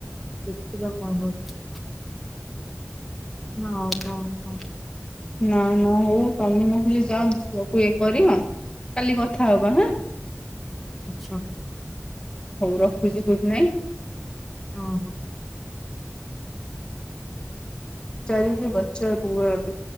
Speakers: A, in the centre; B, on the left.
A: ଦେଖିବା କଣ ହଉଛି। ନା ଆଉ କଣ କୁହ?
B: ନା ନା ହଉ ତମେ ନ ହେଲେ ଯାଅ ସବୁ ଇଏ କରିଅ। କାଲି କଥା ହବା ହାଁ।
A: ଆଛା।
B: ହଉ ରଖୁଛି, ଗୁଡ ନାଇଁ
A: ହଁ ହଁ
B: <unintelligible>